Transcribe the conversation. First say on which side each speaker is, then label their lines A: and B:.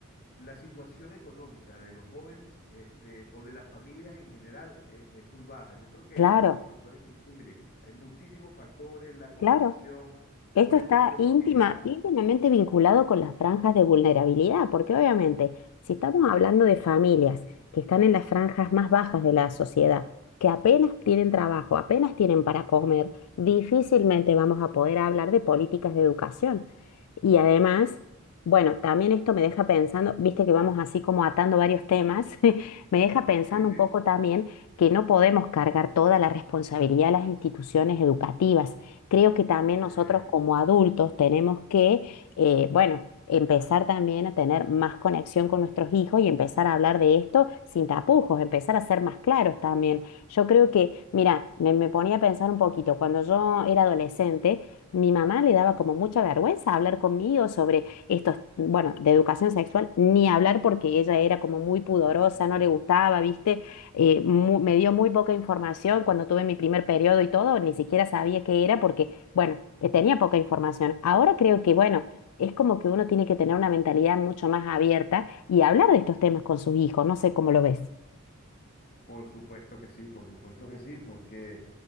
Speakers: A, on the left; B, on the left.
A: la situación económica de los jóvenes, este, o de las familias en general, eh, es muy baja. Yo creo que
B: Claro,
A: hay muchos factores que influyen. Hay muchísimos factores, la conversación,
B: claro.
A: cómo
B: Esto
A: es
B: está
A: el núcleo familiar.
B: íntima, íntimamente vinculado con las franjas de vulnerabilidad, porque obviamente, si estamos hablando de familias que están en las franjas más bajas de la sociedad, que apenas
A: Ujú.
B: tienen trabajo, apenas tienen para comer, difícilmente vamos a poder hablar de políticas de educación. Y además, bueno, también esto me deja pensando, viste que vamos así como atando varios temas, <laughs> me deja pensando
A: Sí, sí,
B: un poco también que no podemos cargar toda la responsabilidad a las instituciones educativas creo que también
A: eso.
B: nosotros como adultos tenemos que, eh, bueno, empezar también a tener más conexión con nuestros hijos y empezar a hablar de esto sin tapujos, empezar a ser más claros también. Yo creo que, mira, me, me ponía a pensar un poquito, cuando yo era adolescente, mi mamá le daba como mucha vergüenza hablar conmigo sobre estos, bueno, de educación sexual, ni hablar porque ella era como muy pudorosa,
A: <laughs>
B: no le gustaba, ¿viste? eh, mu- me dio muy poca información cuando tuve mi primer periodo y todo, ni siquiera sabía qué era porque, bueno, eh, tenía poca información. Ahora creo que, bueno, es como que uno tiene que tener una mentalidad mucho más abierta y hablar de estos temas con sus hijos, no sé cómo lo ves.
A: Por supuesto que sí, por supuesto que sí, porque